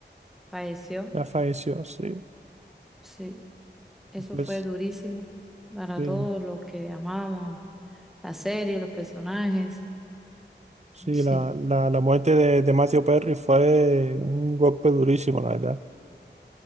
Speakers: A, in the centre; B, on the right.
A: falleció.
B: Ya falleció, sí.
A: Sí, eso
B: Pues
A: fue durísimo para
B: sí,
A: todos los que amamos la serie, los personajes.
B: sí,
A: Sí.
B: la, la, la muerte de, de Matthew Perry fue un golpe durísimo, la verdad.